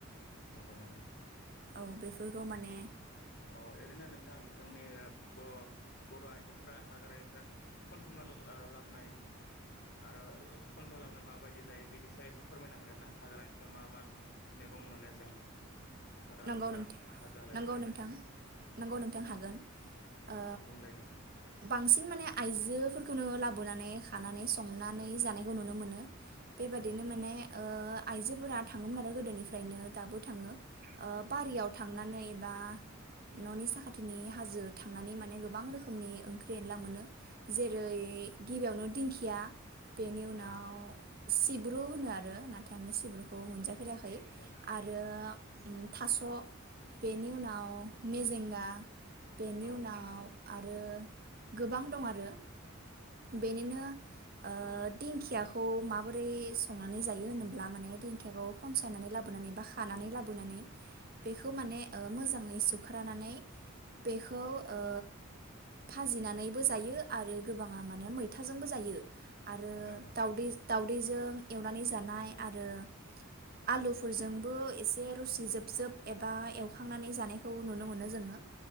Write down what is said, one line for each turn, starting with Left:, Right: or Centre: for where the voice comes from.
Left: नंगौ नंगौ नोंथां।
Right: औ बेफोरखौ माने
Left: ओ अ-ओरैनो नोंथां जोंनि ब बर आइजोफोरा हाग्रानिफ्राय खन्थुमना ला लाबोनाय आरो खन्थुम लाबोना माबायदि जायो बेनि सायाव एसे फोरमायनो हागोन ना हाग्रानिफ्राय मा मा मैगं मोनो जों? हाग्रा
Right: नंगौ
Left: बंग्रा
Right: नोंथां
Left: हाजो हालानिफ्राय
Right: नंगौ नोंथां नंगौ
Left: औ
Right: नोंथां हागोन ओ
Left: औ बुंलाय नोंथां
Right: बांसिन माने आइजोफोरखौनो ला लाबोनानै हानानै संनानै जानायखौ नुनो मोनो बेबादिनो
Left: औ
Right: माने ओ आइजोफोरा थाङोमोन आरो गोदोनिफ्रायनो दाबो थाङो ओ बारियाव थांनानै बा ननि साखाथिनि हाजो थांनानै माने गोबां रोखोमनि ओंख्रि एनला मोनो जेरै गिबियावनो दिंखिया, बेनि उनाव
Left: औ
Right: सिब्रु होनो आरो ना थाय आङो सिब्रुखौ
Left: औ
Right: मोनजाफेराखै
Left: औ
Right: आरो ओं थास' बेनि उनाव मेजेंगा बेनि
Left: औ
Right: उनाव आ आरो गोबां दं आरो बेनिनो ओ दिंखियाखौ माबोरै संनानै जायो होनोब्ला माने दिंखियाखौ खनसायनानै लाबोनानै बा खानानै लाबो नानै बेखौ माने ओ मोजाङै सुख्रानानै बेखौ ओ भाजिनानैबो जायो आरो गोबाङा माने मैथाजोंबो जायो। आरो
Left: औ
Right: दावदै दावदैजों एवनानै जानाय आरो आलुफोरजोंबो एसे रोसि जोबजोब एबा एवखांनानै जानायखौ नुनो मोनो जोङो।